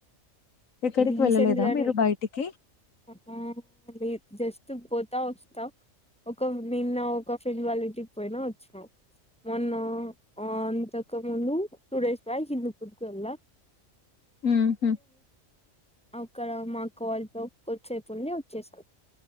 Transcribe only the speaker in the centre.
రీసెండ్
గనే
అఆ లేదు జస్ తు పోతా వస్తా ఒకొ నిన్న ఒక ఫ్రెండ్ వాళ్ళ ఇంటికి పోయినా వచ్చాం మొన్న ఆ అంతక ముందు టూ డేస్ బ్యాక్ హిందూపుర్ కి వెళ్యా
అక్కడ మా అక్క వాల్తో కొద్సేపుండి వచ్చేస్త